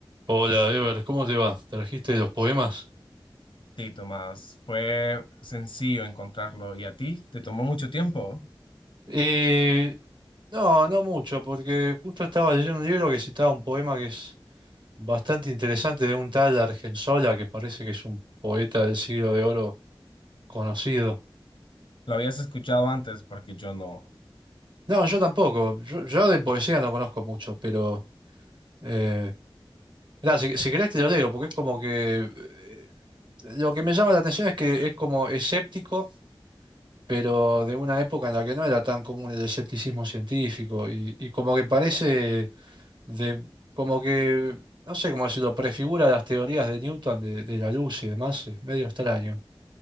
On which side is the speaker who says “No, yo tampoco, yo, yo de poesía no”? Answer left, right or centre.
Right